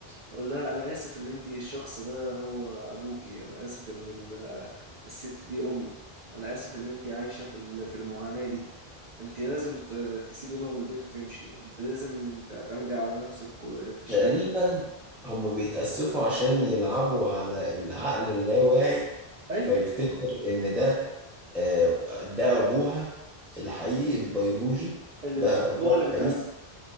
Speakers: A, on the right; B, in the centre.
A: يقول لها انا اسف ان انتي الشخص ده هو ابوكي انا اسف ان ال- الست دي امك انا اسف ان انتي عايشة في ال- في المعاناة دي انتي لازم ت- تسيبي لهم البيت وتمشي انت لازم تعتمدي على نفسك وتشتغل
B: تقريبا هما بيتأسفوا عشان يلعبوا على العقل اللاواعي
A: ايوه
B: فيفتكر إن ده آه، ده أبوها الحقيقي البيولوجي
A: اللي
B: ده
A: بت...
B: أبوها
A: هو اللي
B: الحقيقي
A: بيتأسف